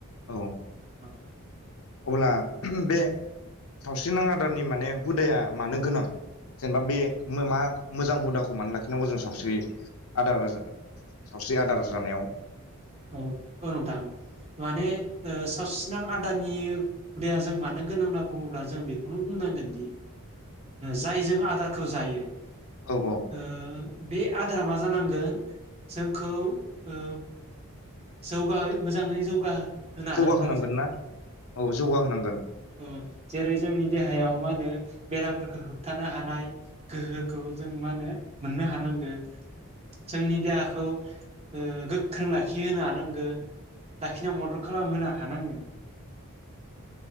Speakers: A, on the left; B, on the right.
A: औ
B: औ
A: अब्ला बे सावस्रिनां आदारनि माने हुदाया मानो गोनां जेनेबा बे मा मोजां हुदाखौ मानो लाखिनांगौ जों सावस्रि आदार सावस्रि आदार जानायाव?
B: औ औ नोंथां माने सावसिनां आदारनि हुदाया जों मानो गोनां होनना बुङोब्ला जों बेखौनो बुंनांगोनदि जाय जों आदारखौ जायो ओ
A: औ औ
B: बे आदारा मा जानांगोन जोंखौ ओ जौगायै मोजाङै जौगा होनो हानांगोन
A: जौगाहोनांगोन
B: आरो जोंखौ
A: ना औ जौगाहोनांगोन
B: ओ जेरै जोंनि देहायाव मा होनो बेरामफोरखौ होबथानो हानाय गोहोखौ जों मा होनो मोननो हानांगोन जोंनि देहाखौ ओ गोख्रों लाखि लााखि होनो हानांगोन लााखिनायाव मदद खालामहोनो हानांगोन।